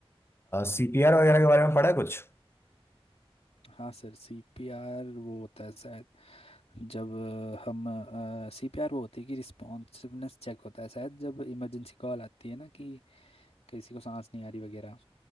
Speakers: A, on the left; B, on the left.
A: सीपीआर वगैरह के बारे में पढ़ा है कुछ
B: हाँ सर सीपीआर वो होता है शायद जब अ, हम सीपीआर वो होती है कि रिस्पॉन्सिवनेस चेक होता है शायद जब इमरजेंसी कॉल आती है ना कि किसी को सांस नहीं आ रही वगैरह